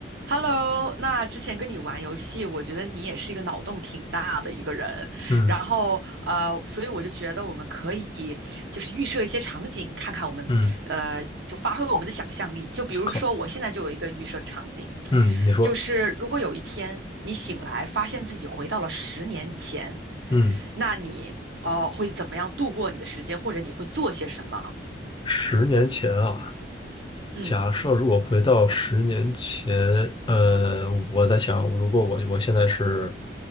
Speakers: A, on the right; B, on the left.
A: Hello，那之前跟你玩游戏，我觉得你也是一个脑洞挺大的一个人，
B: 嗯
A: 然后呃，所以我就觉得我们可以就是预设一些场景，看看我们呃就发挥我们的想象力。
B: 嗯，
A: 就比如说，
B: 靠，
A: 我现在就有一个预设场景，
B: 嗯，你说，
A: 就是如果有一天你醒来发现自己回到了十年前，
B: 嗯，
A: 那你哦呃会怎么样度过你的时间，或者你会做些什么？
B: 十年前啊，
A: 嗯
B: 假设如果回到十年前，呃，我在想，如果我我现在是，